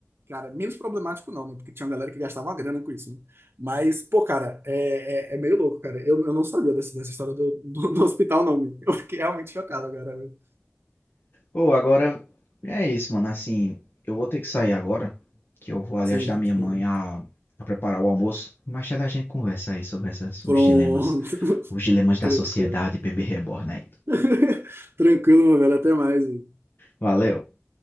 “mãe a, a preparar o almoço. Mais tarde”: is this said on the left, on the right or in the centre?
Left